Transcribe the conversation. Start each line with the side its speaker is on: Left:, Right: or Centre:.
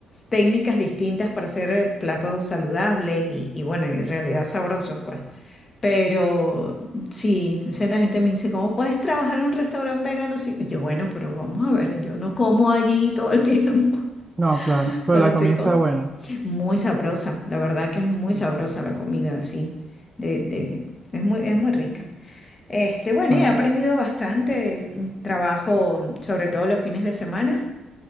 Left: técnicas distintas para hacer platos saludables y, y bueno, en realidad sabrosos, pues. Pero sí, o sea, la gente me dice, ¿cómo puedes trabajar en un restaurante vegano? Sí, yo, bueno, pero vamos a ver, yo no como allí todo el tiempo
Right: No, claro,
Left: <laughs>
Right: pero
Left: cuando
Right: la
Left: estoy
Right: comida
Left: co-
Right: está buena.
Left: muy sabrosa, la verdad que es muy
Right: Mm,
Left: sabrosa la comida, sí. De, de, es muy, es muy rica. Este, bueno,
Right: Claro,
Left: y he aprendido bastante. Trabajo sobre todo los fines de semana,